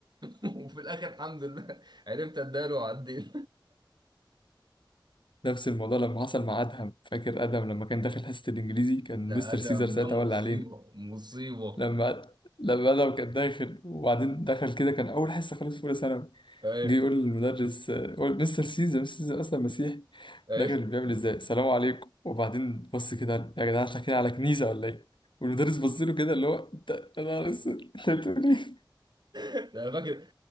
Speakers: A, on the right; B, on the left.
A: وفي الآخر الحمد لله عرفت أداله وعدينا
B: نفس الموضوع لما حصل مع ادهم فاكر ادهم لما كان داخل حصه الانجليزي كان
A: ده
B: مستر
A: أدم
B: سيزر ساعتها
A: ده مصيبة
B: ولا علينا
A: مصيبة
B: لما لما ادم كان داخل وبعدين دخل كده كان اول حصه خالص في اولى ثانوي
A: أي
B: جه يقول للمدرس يقول مستر سيزا مستر سيزا اصلا مسيحي
A: أي
B: داخل بيعمل ازاي السلام عليكم وبعدين بص كده يا جدعان احنا كده على كنيسه ولا ايه والمدرس بص له كده اللي هو انت يا نهار اسود انت بتقول ايه
A: ده <laughs> أنا فاكر